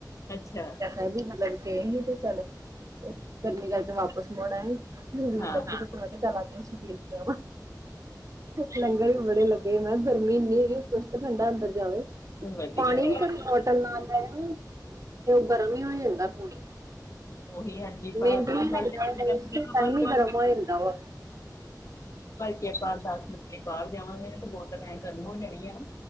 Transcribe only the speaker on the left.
ਅੱਛਾ
ਹਾਂ
ਹਾਂ
ਵਧੀਆ
ਉਹੀ ਹਾਂਜੀ ਭਾਰਤ
ਚ ਪੜ੍ਹਦੇ
ਕਿ ਆਪਾਂ ਦਸ ਮਿੰਟ ਬਾਹਰ ਜਾਵਾਂਗੇ ਤੇ ਬੋਤਲ ਏਂ ਗਰਮ ਹੋ ਜਾਣੀ ਆ।